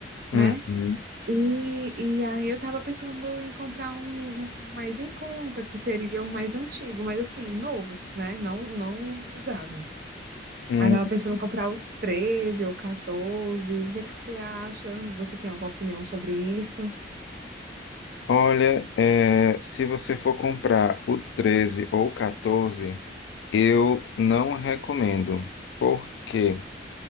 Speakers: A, on the right; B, on the left.
A: né?
B: hum, hum,
A: E, e aí eu tava pensando em comprar um, um um mais em conta, que seria um mais antigo, mas assim, novo, né? Não, não usado.
B: hum.
A: Aí tava pensando em comprar o 13 ou 14. O que é que você acha? Você tem alguma opinião sobre isso?
B: Olha, é, se você for comprar o 13 ou o 14, eu não recomendo. porque